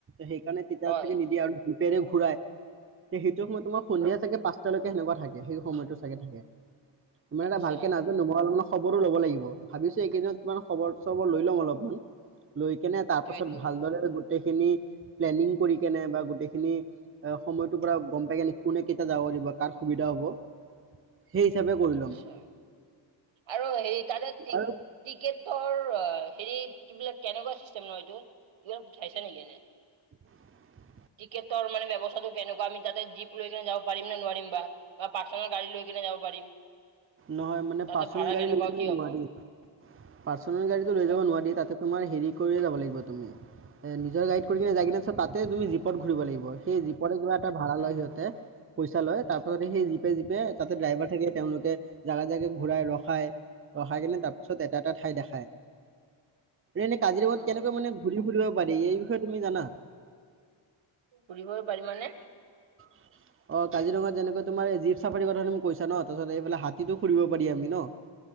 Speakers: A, on the right; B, on the right.
A: সেইকাৰণে তেতিয়াকে
B: হয়
A: নিদিয়ে আৰু জোপেৰে ঘূৰাই সেই সিটো সময়ত তোমাৰ সন্ধিয়াাগে পাঁচটালৈকে সেনেকুৱা থাকে সেই সময়তোগে থাকে। তোমাৰ
B: আচ্ছা
A: এটা ভালকে নাজানো <unintelligible> খবৰো ল'ব লাগিব। ভাবিছো এইকেইদিনত কিমান খবৰ চবৰ লৈ লম অলপমান। লৈ কেনে তাৰ
B: এইটোৱেইটো
A: পাছত ভালদৰে গোটেই খিনি পিলেনীগ কৰি কেনে বা গোটে খিনি সময়তো গম পাইগেনিক কোনে কেতিয়া যাব দিব কাৰ সুবিধা হ'ব। সেই হিচাপে কৰি
B: আচ্ছা।
A: ল'ম
B: আৰু হেৰি তাতে টিক
A: আৰু
B: ট্ৰিকেটৰ হেৰি কিবিলাক কেনেকুৱা চিষ্টেম নহয় এইটো, কিয় উঠাইছে নেকি এনে
A: <unintelligible>
B: টিকেটৰ মানে ব্যৱস্থাটো কেনেকুৱা আমি তাতে জীপ লৈ কিনে যাব পাৰিম নে নোৱাৰিম বা। বা পাৰ্চনেল গাড়ী লৈ কিনে যাব পাৰিম।
A: নহয় মানে
B: তাতে
A: পাৰ্চনেল
B: ভাড়া
A: গাড়ী
B: কেনেকুৱা
A: লৈাক
B: কি
A: নোৱাৰি
B: হ'ব
A: পাৰ্চনেল গাড়ীটো লৈ
B: হা
A: যাব নোৱাৰি তাতে তোমাৰ হেৰি কৰিয়ে যাব লাগিব তুমি। এ নিজৰ গাইড কৰি কিনে যাই কিনে চত তাতে তুমি জীপত ঘুৰিব লাগিব, সেই জীপতে কিবা এটা ভাড়া লয় সিহঁতে। পইচা লয় তাৰ পাছত সেই জিপে জিপে তাতে ড্ৰাইভাৰ থাকে তেওঁলোকে জোগা জেগে ঘূৰাই ৰখাই, ৰখাই কিনে তাৰপিছত এটা এটা ঠাই দেখায়। এনেই কাজিৰঙাত
B: অ
A: কেনেকৈ মানে ঘূৰি ফুৰিব পাৰি। এই বিষয়ে তুমি জানা?
B: ফুৰিব পাৰি মানে।
A: অ কাজিৰঙাত যেনেকে তোমাৰ জী চাফাৰী কথা তুম কৈছা ন তাৰপিছত এইালে হাতীটো ফুৰিব। <unintelligible>